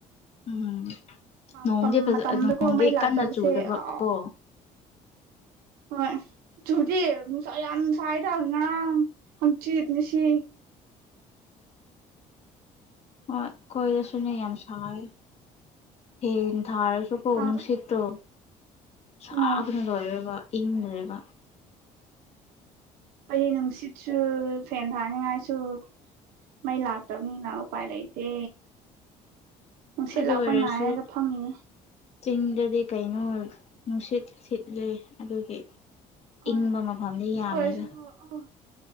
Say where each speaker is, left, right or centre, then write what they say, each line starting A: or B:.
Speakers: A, on the left (about 45°); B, on the right (about 80°).
A: ꯎꯝ ꯅꯣꯡꯗꯤ
B: ꯃꯇꯝ
A: ꯐꯖ
B: ꯃꯇꯝꯗꯀꯣ
A: ꯅꯣꯡꯗꯤ
B: ꯃꯩ ꯂꯥꯛꯇꯕꯁꯦ
A: ꯀꯟꯅ ꯆꯨꯗꯕ
B: ꯑ
A: ꯀꯣ
B: ꯍꯣꯏ ꯆꯨꯗꯤ ꯅꯨꯡꯁꯥ ꯌꯥꯝ ꯁꯥꯏꯗꯥ ꯉꯔꯥꯡ ꯍꯪꯆꯤꯠ ꯉꯁꯤ
A: ꯍꯣꯏ ꯈꯣꯏꯗꯁꯨꯅꯦ ꯌꯥꯝ ꯁꯥꯏꯌꯦ ꯐꯦꯟ ꯊꯔꯁꯨ ꯀꯣ
B: ꯀꯥꯡ
A: ꯅꯨꯡꯁꯤꯠꯇꯣ ꯁꯥꯕꯅ
B: ꯎꯝ
A: ꯂꯣꯏꯔꯦꯕ ꯏꯪꯗꯔꯦꯕ
B: ꯑꯩꯗꯤ ꯅꯨꯡꯁꯤꯠꯁꯨ ꯐꯦꯟ ꯊꯥꯅꯤꯡꯉꯥꯏꯁꯨ ꯃꯩ ꯂꯥꯛꯇꯕꯅꯤꯅ ꯎꯄꯥꯏ ꯂꯩꯇꯦ ꯅꯨꯡꯁꯤꯠ
A: ꯑꯗꯨ
B: ꯂꯥꯛꯄ
A: ꯑꯣꯏꯔꯁꯨ
B: ꯉꯥꯏꯔꯒ ꯐꯝꯃꯤꯅꯦ
A: ꯆꯤꯡꯗꯗꯤ ꯀꯩꯅꯣ ꯅꯨꯡꯁꯤꯠ ꯁꯤꯠꯂꯦ ꯑꯗꯨꯒꯤ
B: ꯍꯣꯏ
A: ꯏꯪꯕ ꯃꯐꯝꯗꯤ ꯌꯥꯝꯃꯦꯗꯥ
B: ꯑꯗꯨ ꯑꯣꯏꯔꯁꯨꯀꯣ ꯑꯣ